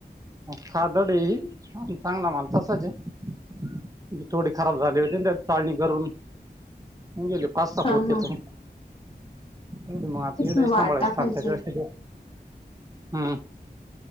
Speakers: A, on the right; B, on the left.
A: खदडी चांगला माल तसाच आहेे थोडी खराब झाली होती त्या चालणी करून गेले पास्ता
B: हा
A: प होते
B: हा
A: त एवढ मग आता
B: तेच
A: इढ
B: वाढ
A: सांभळसता
B: टाकायचे
A: त्याच्या व हम